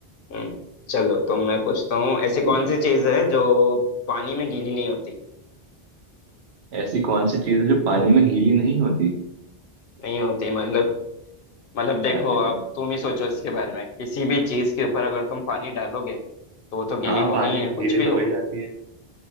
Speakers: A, on the left (about 60°); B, on the right (about 80°).
A: हम्म चलो तो मैं पूछता हूँ ऐसी
B: पूछो
A: कौन सी चीज है जो पानी में गीली नहीं होती
B: ऐसी कौन सी चीज़ है जो पानी में गीली नहीं होती
A: नहीं होती मतलब मतलब देखो
B: अरे
A: अब तुम ही सोचो इसके बारे में किसी भी चीज के ऊपर अगर तुम पानी डालोगे तो वो तो गीली
B: हाँ
A: होनी
B: पानी
A: ही है
B: तो
A: कुछ
B: गीली
A: भी
B: तो
A: हो
B: हो ही जाती है